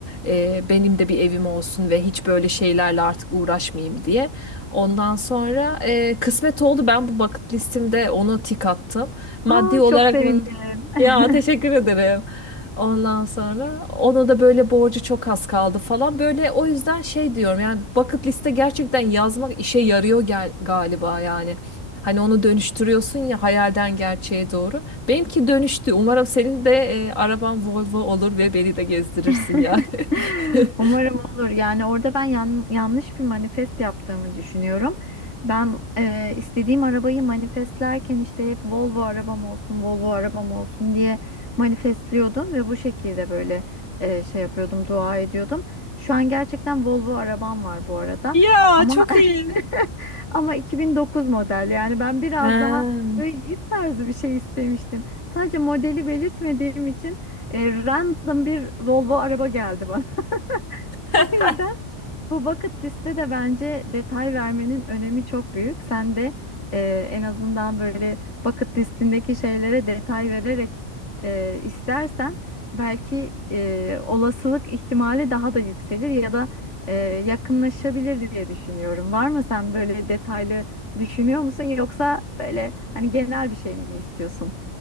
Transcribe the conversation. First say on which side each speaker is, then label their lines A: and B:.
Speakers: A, on the left (about 80°); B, on the left (about 60°).
A: e, benim de bir evim olsun ve hiç böyle şeylerle artık uğraşmayayım diye. Ondan sonra e, kısmet oldu ben bu bucket listimde onu tik attım. Maddi
B: Aa,
A: olarak
B: çok sevindim. <laughs>
A: ya teşekkür ederim. Ondan sonra onu da böyle borcu çok az kaldı falan. Böyle o yüzden şey diyorum yani bucket liste gerçekten yazmak işe yarıyor gel galiba yani. Hani onu dönüştürüyorsun ya hayalden gerçeğe doğru. Benimki dönüştü. Umarım senin de e, araban Volvo olur ve beni de gezdirirsin
B: <laughs>
A: yani. <laughs>
B: Umarım olur. Yani orada ben yan- yanlış bir manifest yaptığımı düşünüyorum. Ben e, istediğim arabayı manifestlerken işte hep Volvo arabam olsun, Volvo arabam olsun diye manifestliyordum ve bu şekilde böyle e, şey yapıyordum, dua ediyordum. Şu an gerçekten Volvo arabam var bu arada.
A: Ya
B: Ama
A: çok iyi.
B: <laughs> Ama 2009 model yani ben biraz
A: Ha.
B: daha böyle jip tarzı bir şey istemiştim. Sadece modeli belirtmediğim için e, random bir Volvo araba geldi bana. <laughs>
A: <laughs>
B: O yüzden bu bucket liste de bence detay vermenin önemi çok büyük. Sen de e, en azından böyle bucket listindeki şeylere detay vererek e, istersen belki e, olasılık ihtimali daha da yükselir ya da e, yakınlaşabilir diye düşünüyorum. Var mı sen böyle detaylı düşünüyor musun yoksa böyle hani genel bir şey mi istiyorsun?